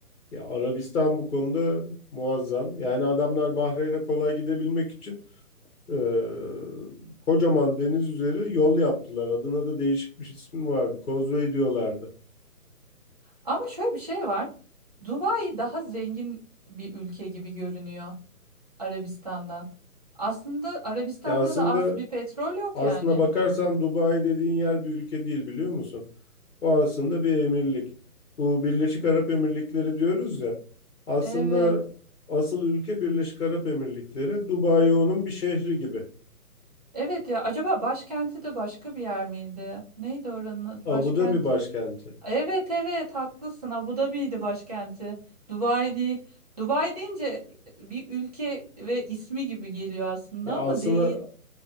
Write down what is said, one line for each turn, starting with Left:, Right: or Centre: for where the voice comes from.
Left: Ya Arabistan bu konuda muazzam. Yani adamlar Bahreyn'e kolay gidebilmek için Ee, kocaman deniz üzeri yol yaptılar. Adına da değişik bir ismi vardı. Causeway diyorlardı.
Right: Ama şöyle bir şey var. Dubai daha zengin bir ülke gibi görünüyor Arabistan'dan. Aslında Arabistan'da
Left: Ya aslında
Right: da az bir petrol yok
Left: aslına
Right: yani.
Left: bakarsan Dubai dediğin yer bir ülke değil biliyor musun? O aslında bir emirlik. Bu Birleşik Arap Emirlikleri diyoruz ya. Aslında
Right: Evet.
Left: asıl ülke Birleşik Arap Emirlikleri. Dubai onun bir şehri gibi.
Right: Evet ya acaba başkenti de başka bir yer miydi? Neydi oranın adı?
Left: Abu
Right: başkenti?
Left: Dhabi başkenti.
Right: Evet evet haklısın. Abu Dhabi'ydi başkenti. Dubai değil. Dubai deyince bir ülke ve ismi gibi geliyor aslında
Left: Ya aslında
Right: ama değil.